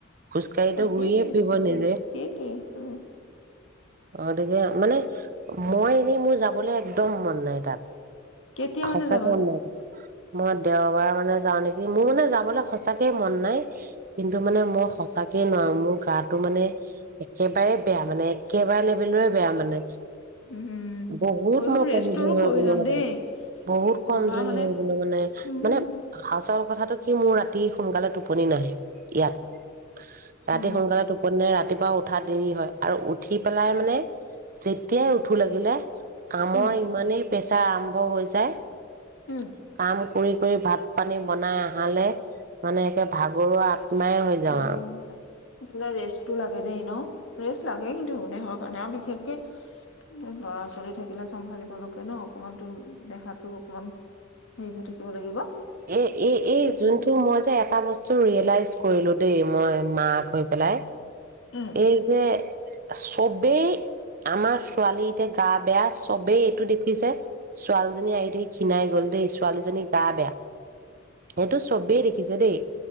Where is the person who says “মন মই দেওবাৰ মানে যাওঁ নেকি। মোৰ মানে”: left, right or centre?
Right